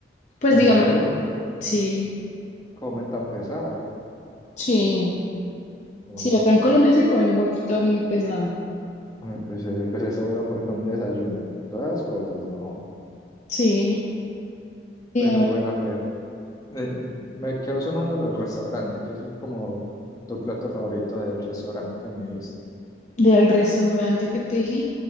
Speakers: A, on the left; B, on the left.
A: Pues
B: En
A: digamos,
B: serio,
A: sí,
B: comen tan pesado.
A: sí,
B: Uy,
A: sí, acá en Colombia se come un poquito muy pesado.
B: ay, pues, eh, pues eso veo porque un desayuno, todas las cosas, no.
A: Sí, digamos,
B: Pero bueno, a ver, eh, me quedo sonando lo del restaurante, que es como tu plato favorito del restaurante que me dijiste.
A: del restaurante que te dije,